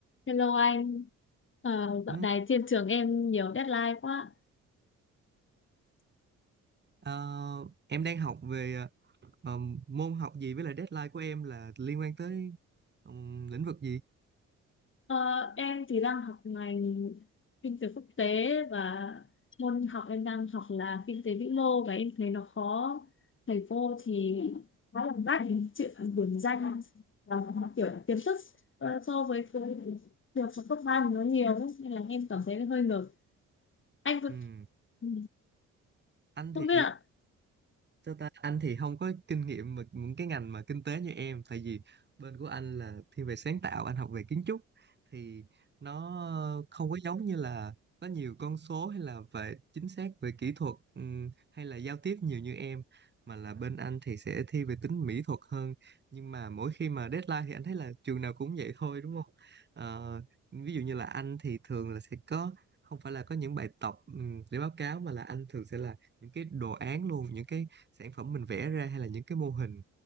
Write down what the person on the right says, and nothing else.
Ừ,
ờ, em đang học về ờ, ờ, môn học gì với lại deadline của em là liên quan tới ừm, lĩnh vực gì?
Ừ.
Anh
thì
Sao ta anh thì không có kinh nghiệm mà những cái ngành mà kinh tế như em tại vì bên của anh là thiên về sáng tạo anh học về kiến trúc thì nó không có giống như là có nhiều con số hay là về chính xác về kỹ thuật ừm, hay là giao tiếp nhiều như em mà là bên anh thì sẽ thi về tính mỹ thuật hơn nhưng mà mỗi khi mà deadline thì anh thấy là trường nào cũng vậy thôi đúng không Ờ, ví dụ như là anh thì thường là sẽ có không phải là có những bài tập ừm, để báo cáo mà là anh thường sẽ là những cái đồ án luôn những cái sản phẩm mình vẽ ra hay là những cái mô hình